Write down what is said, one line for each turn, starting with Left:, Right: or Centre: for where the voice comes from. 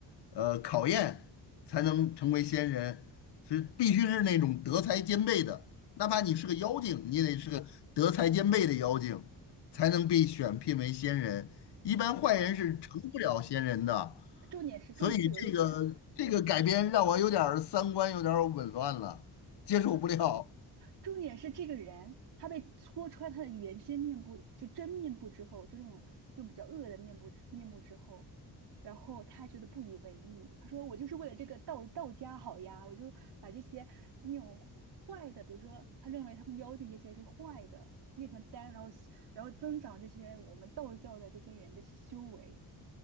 Left: 呃考验，才能成为仙人。是必须是那种德才兼备的，哪怕你是个妖精，你也得是个德才兼备的妖精，才能被选聘为仙人。一般坏人是成不了仙人的，
Right: 对啊。重点是重点是有一点，
Left: 所以这个这个改编让我有点儿三观有点儿紊乱了，
Right: 对
Left: 接受不了。
Right: 对。重点是这个人，他被戳穿他的原先面部，就真面部之后，就这种就比较恶的面部之面目之后，然后他觉得不以为意，他说我就是为了这个道道家好呀，我就把这些那种坏的，比如说他认为他们妖精这些是坏的，炼成丹，然后然后增长这些我们道教的这些人的修为，